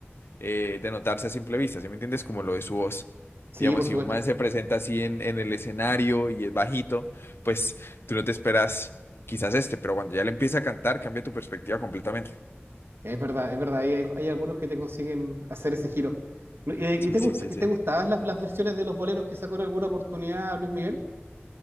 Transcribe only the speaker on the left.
eh, de notarse a simple vista, ¿sí me entiendes? Como lo de su voz.
Digamos,
si
un man se presenta así en, en el escenario y es bajito, pues tú no te esperas quizás este, pero cuando ya le empieza a cantar, cambia tu perspectiva completamente.
Sí,
sí,
sí,
sí.